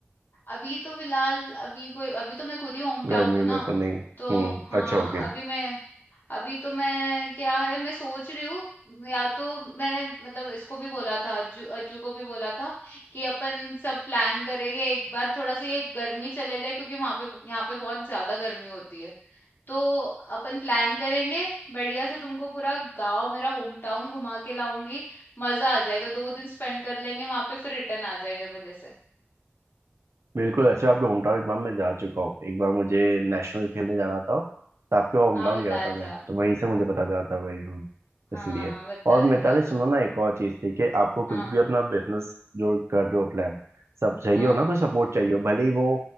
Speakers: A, on the left; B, on the right.
A: अभी तो फिलहाल अभी कोई अभी तो मैं खुद ही होम
B: गर्मी
A: टाउन हूँ ना
B: में तो नहीं
A: तो
B: हम्म
A: हाँ
B: अच्छा ओके
A: अभी मैं अभी तो मैं क्या है मैं सोच रही हूँ या तो मैंने मतलब इसको भी बोला था अज्जू अज्जू को भी बोला था कि अपन सब प्लान करेंगे एक बार थोड़ा सा ये गर्मी चले जाए क्योंकि वहां पे यहाँ पे बहुत ज्यादा गर्मी होती है तो अपन प्लान करेंगे बढ़िया से तुमको पूरा गांव मेरा होम टाउन घुमा के लाऊंगी मजा आ जाएगा दो दिन स्पेंड कर लेंगे वहां पे फिर रिटर्न आ जाएंगे भले से
B: बिल्कुल अच्छा आपके होम टाउन एक बार मैं जा चुका हूँ एक बार मुझे नेशनल खेलने जाना था तो आपके होम
A: हाँ
B: टाउन
A: बताया
B: गया था मैं
A: था
B: तो वहीं से मुझे पता चला था भाई हम
A: हाँ,
B: इसलिए
A: बताया
B: और मिताली
A: था तुमने।
B: सुनो ना एक और चीज़ थी कि आपको कुछ
A: हाँ,
B: भी अपना बिजनेस जो कर रहे हो प्लान सब चाहिए
A: हाँ।
B: हो ना कोई सपोर्ट चाहिए हो भले ही वो